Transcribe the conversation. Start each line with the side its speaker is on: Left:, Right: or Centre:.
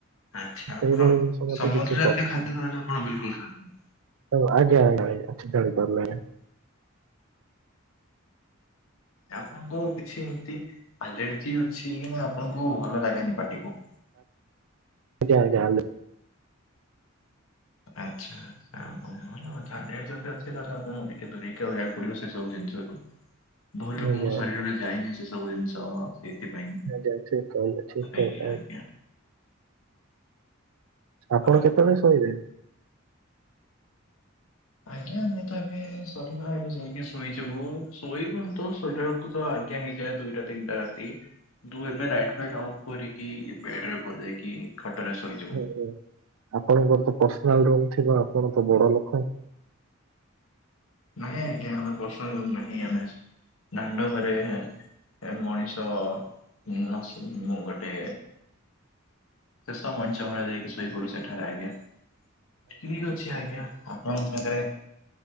Left: ଆଚ୍ଛା
Right: ସେଇଭଳି
Left: ଆପଣ
Right: ଜିନିଷ ମତେ
Left: ସମୁଦ୍ର
Right: କିଛି
Left: ଜାତୀୟ ଖାଦ୍ୟ ତାହେଲେ ଆପଣ ବିଲକୁଲ୍ ଖାଆନ୍ତିନି?
Right: ହଉ ଆଜ୍ଞା-ଆଜ୍ଞା-ଆଚ୍ଛା ଯାଣିପାରିଲେ।
Left: ଆପଣଙ୍କୁ କିଛି ଏମତି ଆଲର୍ଜି ଅଛି କି ନା ଆପଣଙ୍କୁ ଭଲ ଲାଗେନି ପାଟିକି?
Right: ଆଜ୍ଞା-ଆଜ୍ଞା ଆଲର୍ଜି।
Left: ଆଚ୍ଛା। ଆଉ କଣ ଭଲ କଥା ଆଲେର୍ଜି ଜଦି ଅଛି ଆପଣ ଟିକେ ଦୂରେଇକି ରହିବାକୁ ପଡିବ ସେ ସବୁ ଜିନିଷ ରୁ। ବହୁତ୍ ଲୋକଙ୍କ
Right: ଆଜ୍ଞା
Left: ଶରୀରେ
Right: ଆଜ୍ଞା।
Left: ଯାଏନି ସେ ସବୁ ଜିନିଷ। ସେଇଥିପାଇଁ
Right: <unintelligible> ଠିକ୍ କହିଲେ ଠିକ୍
Left: ଆଜ୍ଞା
Right: କହିଲେ।
Left: ଆଜ୍ଞା
Right: ଆପଣ
Left: ଆଉ
Right: କେତେବେଳେ ଶୋଇବେ?
Left: ଆଜ୍ଞା ଆମେ ତ ଏବେ ସରିଲା ଏବେ ଯାଇକି ଶୋଇଯିବୁ, ଶୋଇବୁନି ତ ଶୋଇଲା ବେଳକୁ ଆଜ୍ଞା ହେଇଯାଏ ଦୁଇଟା ତିନିଟା ରାତି ଡୁ ଏବେ ରାଇଟ୍ ଲାଇଟ୍ ଅଫ୍ କରିକି ବେଡରେ ପଡିଯାଇକି ଖଟରେ ଶୋଇଜିବୁ।
Right: ହଁ ଆପଣଙ୍କର ତ ପର୍ସନାଲ୍ ରୁମ ଥିବ, ଆପଣ ତ ବଡ ଲୋକ।
Left: ନହିଁ ଆଜ୍ଞା ଆମର ପର୍ସନାଲ ରୁମ୍ ନାହିଁ, ଆମେ ଆସିକି ଦାଣ୍ଡ ଘରେ। ଏ ମଣିଷ <unintelligible> ମୁଁ ଗୋଟେ <unintelligible> ମୁଳେ ଯାଇକି ଶୋଇପଡୁ ସେଠାରେ ଆଜ୍ଞା। ଠିକ୍ ଅଛି ଆଜ୍ଞା, ଆପଣଙ୍କ ସାଙ୍ଗରେ